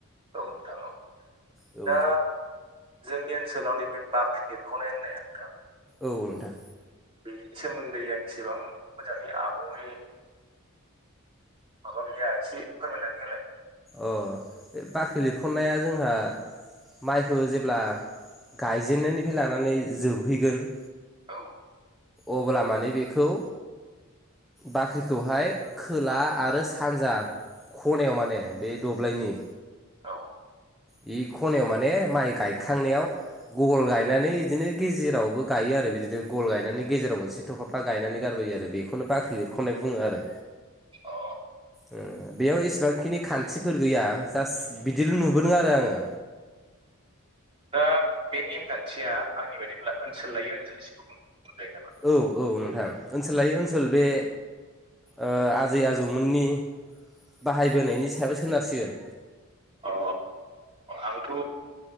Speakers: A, on the right (about 25°); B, in the centre.
A: औ थौव
B: औ
A: ओ जोंनि ओनसोलाव नैबे बाख्रि लिरख'नाय होननाया थां
B: औ ओथां
A: बेनि सोमोन्दै आं इसेबां मोजाङै आबुङै माबा गैया एसे फोरमायनानै होलाय
B: अ बे बाख्रि लिरखनाया जोंहा माइखौ जेब्ला गायजेननायनिफाय लानानै जोबहैगोन
A: औ
B: अब्ला माने बेखौ बाख्रिखौहाय खोला आरो सानजा खनायाव माने बे दब्लायनि
A: औ
B: बे खनायाव माने माइ गायखांनायाव गल गायनानै इदिनो गेजेरावबो गायो आरो बिदिनो गल गायनानै गेजेराव मोनसे थफाब फा गायनानै गारबो आरो बेखौनो बाख्रि लिरख'नाय बुङो आरो
A: अ
B: ओ बेयाव एसेबांखिनि खान्थिफोर गैया जास्ट बिदिल' नुबोदों आरो आङो
A: दा बे नेमखान्थिया आंनि बादिब्ला ओनसोल लायै ओनसोल एसो गुबुन बुंजायो नामा?
B: औ औ नोंथां ओनसोल लायै ओनसोल बे ओ आजै आजौमोननि बाहायबोनायनि सायाव सोनारसिगोन
A: अ आंथ'